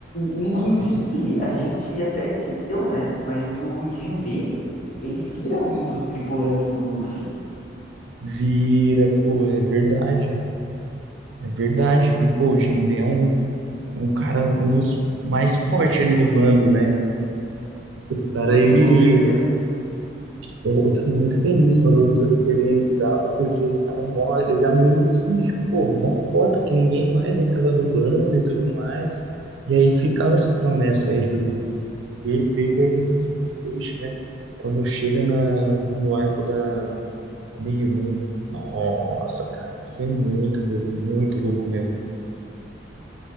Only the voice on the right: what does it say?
Vira, pô, é verdade. É verdade. E, pô, o Jinbe é um um cara, um dos mais fortes ali do bando, né? Cara,
ele.
Eu, eu fiquei muito feliz quando eu soube que ele entrava, porque ele tava mó, eu já meio fixe, pô, mó cota que ninguém mais entrava no bando e tudo mais. E aí ficava essa promessa aí do. Ele fez a Ilha dos Homens Peixe, né? Quando chega na, no arco da Big Mom. Nossa, cara, foi muito louco, muito louco mesmo.